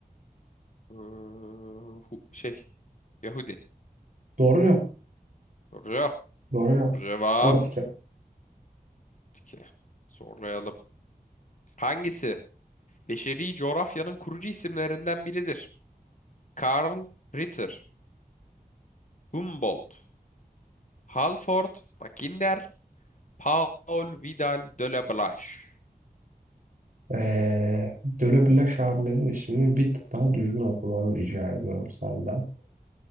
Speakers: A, on the left; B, on the right.
A: Ee, hu- şey. Yahudi.
B: Doğru cevap.
A: Doğru.
B: Doğru cevap.
A: Doğru cevap.
B: 4
A: Peki. Zorlayalım. Hangisi? Beşeri coğrafyanın kurucu isimlerinden biridir. Karl Ritter, Humboldt, Halford, Mackinder, Paul Vidal de la Blache.
B: Ee, Döleplaş abimin ismini bir tık daha düzgün okumanı rica ediyorum senden.